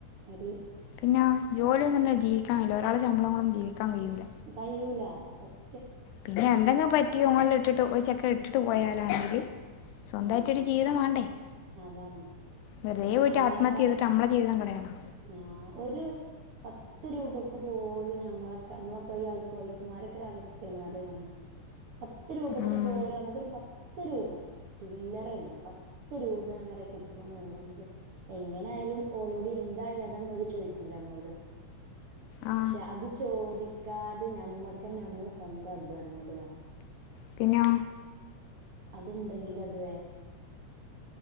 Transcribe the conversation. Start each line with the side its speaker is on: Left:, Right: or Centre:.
Right: ഒര്
Left: പിന്നെ ജോലിന്ന് ഇല്ലാ ജീവിക്കാൻ കയില്ല ഒരാളെ ശമ്പളം കൊണ്ടൊന്നും ജീവിക്കാൻ കയൂല
Right: കഴൂല സത്
Left: പിന്നെ എന്തെങ്കെ പറ്റി ഓൻന്നെ ഇട്ടിട്ട് പോ ചെക്ക ഇട്ടിട്ട് പോയാലോ സ്വന്തയിട്ട്
Right: ആഹ്
Left: ഒരു ജീവിതം വേണ്ടേ
Right: അതാണ്
Left: വെറുതെ
Right: ഒരാണുങ്ങളൊക്കെ
Left: പോയിട്ട് ആത്മഹത്യ ചെയ്തിട്ട് അമ്മളെ ജീവിതം കളയണോ
Right: ആഹ് ഒരു പത്ത് രൂപക്ക് പോലും ഞമ്മളെക്കെ നമ്മളൊക്കെ ഈ ഹൗസ് വൈഫ്മാരൊക്കെ ഒരു അവസ്ഥണ് റിയാണ് <unintelligible> പത്ത് രൂപക്ക്
Left: ഉം
Right: പോലും അമ്മക്കൊരു പത്ത് രൂപ ചില്ലറയല്ല പത്ത് രൂപ നാമ്പറിയാ കിട്ടണന്നുണ്ടെങ്കില് എങ്ങനെ ആയാലും ഓലോഡ് എന്താ ഏതാ ന്ന് ചോയിക്കൂല <unintelligible> ങ്ങളോട്
Left: ആ
Right: പക്ഷെ അത് ചോദിക്കാതെ ഞമ്മക്ക്ന്നെ നമ്മളെ സ്വന്തം അധ്വാനം കൊണ്ട് വേണം
Left: പിന്നെ
Right: അത്ണ്ടെങ്കിൽ അത്